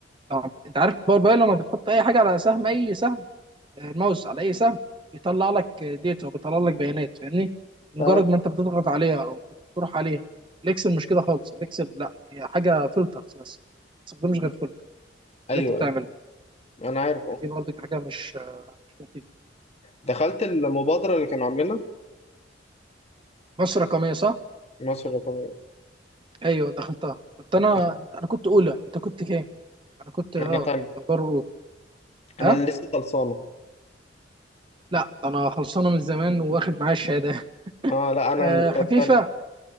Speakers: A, on the right (about 25°); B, on the left (about 35°).
A: طب انت عارف باور بي اي لما بتحط اي حاجه على سهم اي سهم الماوس على اي سهم بيطلع لك ديتا وبيطلع لك بيانات فاهمني مجرد
B: اه
A: ما انت بتضغط عليها او بتروح عليها الاكسل مش كده خالص الاكسل لا هي حاجه فلترز بس ما تستخدمش غير فلتر
B: ايوه
A: اللي انت بتعمله
B: ايوه انا عارف اه
A: دي برضك حاجه مش مش لطيفه
B: دخلت المبادره اللي كانوا عاملينها
A: مصر رقميه صح
B: مصر الرقميه
A: ايوه دخلتها كنت انا
B: دخلت
A: انا كنت اولى انت كنت كام انا كنت اه
B: انا تاني
A: دار اولى
B: انا
A: ها
B: اللي لسه خلصانه
A: لا ده انا خلصانه من زمان واخد معايا الشهاده
B: اه
A: <laughs>
B: لا انا
A: آه
B: اللي بتاع
A: خفيفه
B: التاني